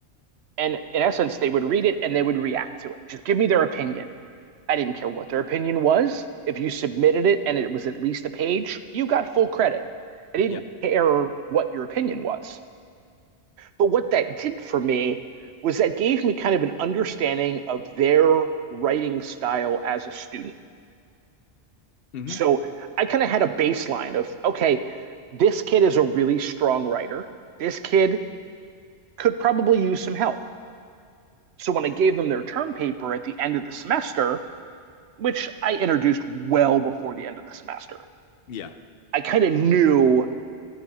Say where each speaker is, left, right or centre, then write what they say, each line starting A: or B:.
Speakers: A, on the right; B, on the left.
A: And in essence, they would read it and they would react to it. Just give me their opinion. I didn't care what their opinion was. If you submitted it and it was at least a page, you got full credit. I didn't
B: Yeah.
A: care what your opinion was. But what that did for me was that gave me kind of an understanding of their writing style as a student.
B: hmm
A: So I kind of had a baseline of, okay, this kid is a really strong writer. This kid could probably use some help. So when I gave them their term paper at the end of the semester, which I introduced well before the end of the semester,
B: Yeah.
A: I kind of knew